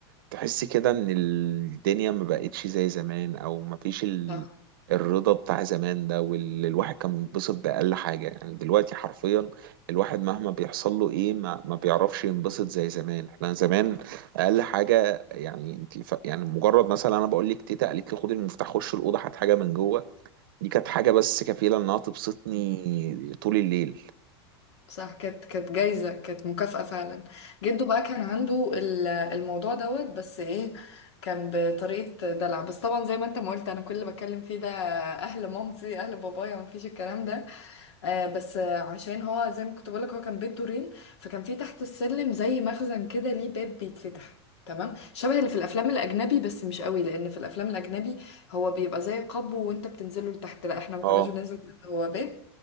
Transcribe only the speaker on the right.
تحس كده ان الدنيا ما بقتش زي زمان او ما فيش ال...
الرضا بتاع زمان ده واللي الواحد كان بينبسط بأقل حاجة يعني دلوقتي حرفيا الواحد مهما بيحصل له ايه ما, ما بيعرفش ينبسط زي زمان احنا زمان أقل حاجة يعني انت ف... يعني مجرد مثلا انا بقول لك تيتا قالت لي خد المفتاح خش الأوضة هات حاجة من جوه دي كانت حاجة بس كفيلة انها تبسطني طول الليل
اه